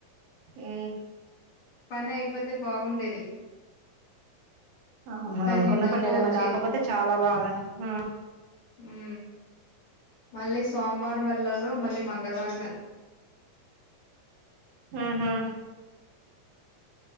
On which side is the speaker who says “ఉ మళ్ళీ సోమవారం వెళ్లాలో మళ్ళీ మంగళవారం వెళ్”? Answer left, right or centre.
Left